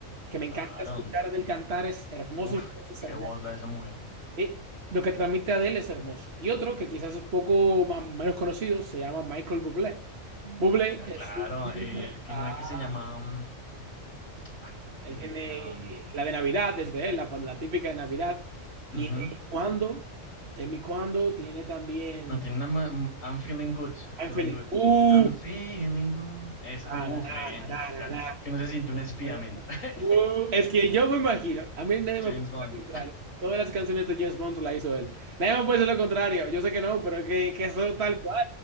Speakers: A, on the right (about 50°); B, on the left (about 80°).
A: que me
B: Claro.
A: encanta escuchar del cantar, es hermoso,
B: Uf,
A: es
B: qué
A: hermoso.
B: voz la de esa mujer.
A: Y lo que transmite Adele es hermoso. Y otro que quizás es un poco más, menos conocido se llama Michael Bublé. Bublé
B: Ah,
A: es
B: claro,
A: un-
B: eh, tiene
A: ah,
B: una que se llama... mm, ah, eh,
A: él tiene
B: um,
A: la de Navidad, desde él, la, la típica de Navidad. Tiene
B: ujú,
A: cuando, de mi cuando, tiene también
B: No, tiene una... ma- mm, I'm feeling good,
A: I'm
B: feeling
A: feeling,
B: good.
A: uh,
B: I'm feeling good. Esa,
A: na,
B: uf,
A: na,
B: man,
A: na, na,
B: me encanta.
A: na, na,
B: Que no se siente un espía,
A: na.
B: man. <laughs>
A: Uh, es que yo me imagino, a mí nadie
B: James
A: me puede
B: Bond.
A: decir lo contrario. Todas las canciones de James Bond la hizo él. Nadie me puede decir lo contrario. Yo sé que no, pero que, que eso tal cual.